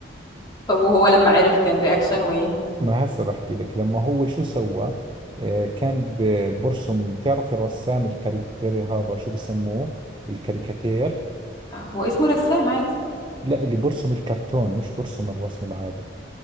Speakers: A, on the left; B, on the right.
A: طب وهو لما عرف كان رياكشنه ايه
B: ما هسه بحكي لك لما هو شو سوى آه كان ب- برسم بتعرف الرسام الكاريكاتير هذا شو بسموه الكاريكاتير
A: آه، هو اسمه رسام عادي
B: لا اللي برسم الكرتون مش برسم الرسم العادي